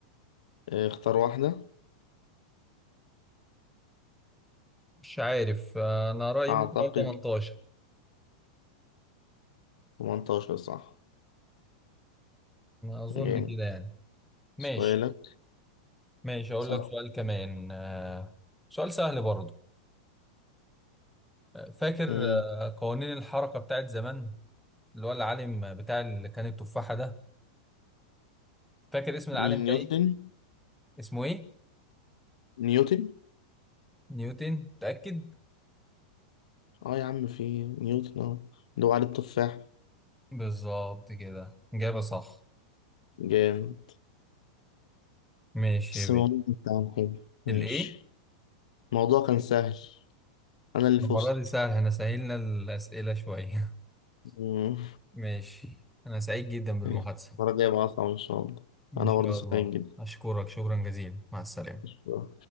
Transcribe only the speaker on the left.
آه، اختار واحدة
أعتقد
18 صح
جامد
سؤالك
صح
مم.
مين
نيوتن؟
نيوتن؟
اه يا عم في نيوتن اهو اللي هو عليه التفاح
جامد
بس
الموضوع ده بتاعنا حلو ماشي
الموضوع كان سهل انا اللي فزت
مم.
ماشي. المرة الجاية بقى اصعب ان شاء الله
انا
برضه سعيد
جدا
شكرا.